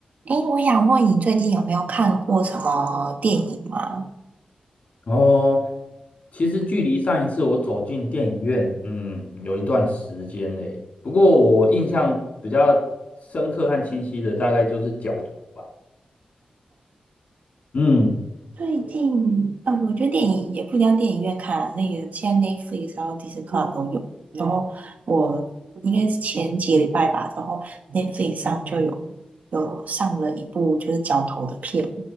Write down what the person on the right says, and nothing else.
哎，我想问你最近有没有看过什么电影吗？
最近，呃，我觉得电影也不一定要电影院看啊那个现在 Netflix 然后 Disney Plus 都有。然后我应该是前几个礼拜吧，然后 Netflix 上就有有上了一部就是角头的片，